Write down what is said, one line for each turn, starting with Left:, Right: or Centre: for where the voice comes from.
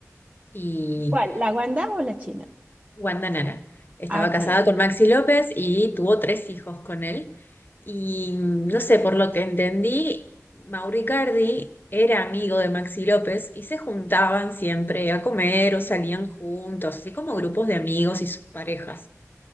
Left: y
Right: ¿Cuál? ¿La Wanda o la China?
Left: Wanda Nara. Estaba
Right: Ah, ok,
Left: casada
Right: ok.
Left: con Maxi López y tuvo tres hijos con él. Y mm, no sé, por lo que entendí, Mauricardi era amigo de Maxi López y se juntaban siempre a comer o salían juntos, así como grupos de amigos y sus parejas.